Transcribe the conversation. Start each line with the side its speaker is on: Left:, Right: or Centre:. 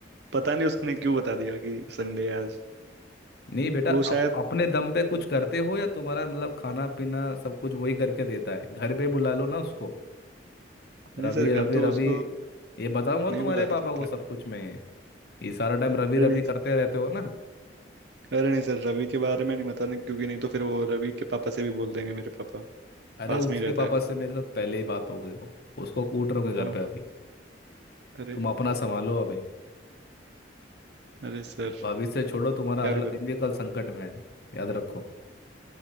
Right: पता नहीं उसने क्यों बता दिया कि संडे है आज
Left: नहीं बेटा
Right: वो
Left: अप,
Right: शायद
Left: अपने दम पे कुछ करते हो या तुम्हारा मतलब खाना पीना सब कुछ वही करके देता है घर पे बुला लो ना उसको
Right: नहीं
Left: रवि
Right: सर घर
Left: रवि
Right: तो
Left: रवि
Right: उसको
Left: ये बताऊंगा
Right: नहीं
Left: तुम्हारे
Right: बुला
Left: पापा
Right: सकते
Left: को सब कुछ मैं ये सारा टाइम रवि
Right: अरे
Left: रवि
Right: नहीं
Left: करते रहते हो ना
Right: अरे नहीं सर रवि के बारे में नहीं बताना क्योंकि नहीं तो फिर वो रवि के पापा से भी बोल देंगे मेरे पापा
Left: अरे
Right: पास
Left: उसके
Right: में ही रहता
Left: पापा
Right: है
Left: से मेरे साथ पहले ही बात हो गई हो उसको कूट रहोगे घर
Right: ओ
Left: पे अभी
Right: अरे
Left: तुम अपना संभालो अभी
Right: अरे सर
Left: भविष्य छोड़ो तुम्हारा
Right: क्या
Left: अगला
Right: करूं
Left: दिन भी कल संकट में है याद रखो